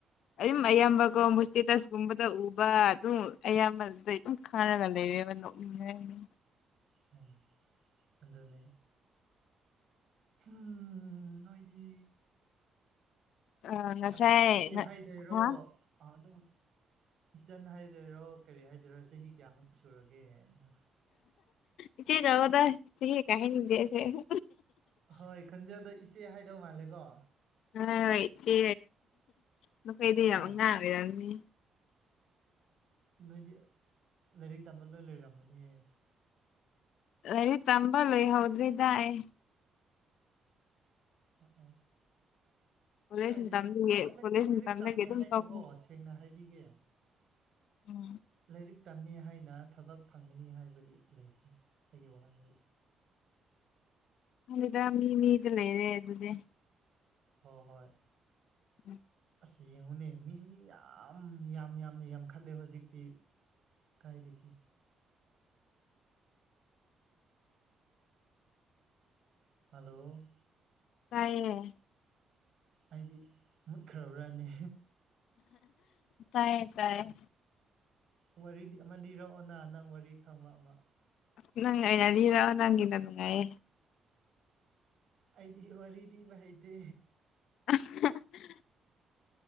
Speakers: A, on the left (about 80°); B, on the right (about 60°).
A: ꯑꯩ ꯃꯌꯥꯝꯕꯒꯣ ꯃꯨ ꯏꯁꯇꯦꯇꯁ ꯀꯨꯝꯕꯗ ꯎꯕ ꯑꯗꯨꯝ ꯑꯌꯥꯝꯕꯗꯩ ꯑꯗꯨꯝ ꯈꯥꯡꯔꯒ ꯂꯩꯔꯦꯕ ꯅꯣꯛꯅꯤꯡꯉꯅꯤ
B: ꯎꯝ ꯑꯗꯨꯅꯦ ꯍꯨꯝ ꯅꯣꯏꯗꯤ
A: ꯑ ꯉꯁꯥꯏ
B: ꯑꯗꯨꯝ ꯏꯆꯦ ꯍꯥꯏꯗꯣꯏꯔꯣ
A: ꯍꯥ
B: ꯑꯥ ꯑꯗꯨꯝ ꯏꯆꯟ ꯍꯥꯏꯗꯣꯏꯔꯣ ꯀꯔꯤ ꯍꯥꯏꯗꯣꯏꯔꯣ ꯆꯍꯤ ꯀꯌꯥꯃꯨꯛ ꯁꯨꯔꯒꯦ ꯅ
A: ꯏꯆꯦ ꯀꯧꯋꯣꯗ ꯆꯍꯤꯒ ꯀꯥꯏꯍꯟꯅꯤꯡꯗꯦꯑꯩꯈꯣꯏ
B: ꯍꯣꯏ ꯈꯣꯖꯟꯗꯣ ꯏꯆꯦ ꯍꯥꯏꯗꯧ ꯃꯥꯜꯂꯦꯀꯣ
A: ꯍꯣꯏ ꯏꯆꯦ ꯅꯈꯣꯏꯗꯤ ꯌꯥꯝ
B: ꯍꯣꯏ
A: ꯑꯉꯥꯡ ꯑꯣꯏꯔꯝꯅꯤ
B: ꯅꯣꯏꯗꯤ ꯂꯥꯏꯔꯤꯛ ꯇꯝꯕ ꯂꯣꯏ ꯂꯣꯏꯔꯝꯃꯅꯤꯌꯦ
A: ꯂꯥꯏꯔꯤꯛ ꯇꯝꯕ ꯂꯣꯏ ꯍꯧꯗ꯭ꯔꯤꯗꯥꯏ
B: ꯑ ꯑ
A: ꯀꯣꯂꯦꯖ
B: ꯀꯥꯏꯗꯦꯗ
A: ꯃꯇꯝꯗꯒꯤ
B: ꯍꯟꯗꯛꯇꯤ
A: ꯀꯣꯂꯦꯖ
B: ꯂꯥꯏꯔꯤꯛ
A: ꯃꯇꯝꯗꯒꯤ
B: ꯇꯝꯃꯦ
A: ꯑꯗꯨꯝ
B: ꯍꯥꯏꯅꯣꯀꯣ
A: ꯇꯧꯈ꯭ꯔꯦ
B: ꯁꯦꯡꯅ ꯍꯥꯏꯕꯤꯒꯦ
A: ꯎꯝ
B: ꯂꯥꯏꯔꯤꯛ ꯇꯝꯃꯤ ꯍꯥꯏꯅ ꯊꯕꯛ ꯐꯪꯒꯅꯤ ꯍꯥꯏꯕꯒꯤ ꯂꯩꯇꯦ ꯑꯩꯒꯤ ꯋꯥꯈꯜꯗꯗꯤ
A: ꯃꯥꯅꯤꯗ ꯃꯤ ꯃꯤꯗ ꯂꯩꯔꯦ ꯑꯗꯨꯗꯤ
B: ꯍꯣꯏ ꯍꯣꯏ
A: ꯎꯝ
B: ꯑꯁ ꯌꯦꯡꯉꯨꯅꯦ ꯃꯤ ꯃꯤ ꯌꯥꯝ ꯌꯥꯝ ꯌꯥꯝꯅ ꯌꯥꯝꯈꯠꯂꯦ ꯍꯧꯖꯤꯛꯇꯤ ꯀꯥꯏꯗꯒꯤ ꯍꯜꯂꯣ
A: ꯇꯥꯏꯌꯦ
B: ꯑꯩꯗꯤ ꯃꯨꯠꯈ꯭ꯔꯕ ꯅꯦ
A: ꯇꯥꯏꯌꯦ ꯇꯥꯏꯌꯦ
B: ꯋꯥꯔꯤ ꯂꯤ ꯑꯃ ꯂꯤꯔꯛꯑꯣꯅ ꯅꯪ ꯋꯥꯔꯤ ꯈꯪꯕ ꯑꯃ
A: ꯑꯁ ꯅꯪꯪ ꯑꯣꯏ ꯂꯤꯔꯛꯑꯣ ꯅꯪꯒꯤꯅ ꯅꯨꯡꯉꯥꯏꯌꯦ
B: ꯑꯩꯗꯤ ꯋꯥꯔꯤ ꯂꯤꯕ ꯍꯩꯇꯦ
A: <unintelligible>